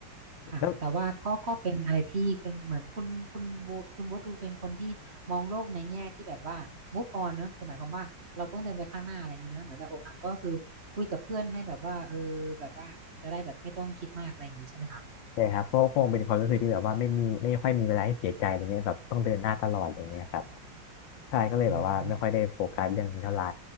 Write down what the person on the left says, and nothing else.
แล้ว
ใช่ครับก็คงเป็นความรู้สึกที่แบบว่าไม่มีไม่ค่อยมีเวลาให้เสียใจอะไรเงี้ยแบบต้องเดินหน้าตลอดอะไรอย่างเงี้ยครับใช่ก็เลยแบบว่าไม่ค่อยได้โฟกัสเรื่องนี้เท่าไหร่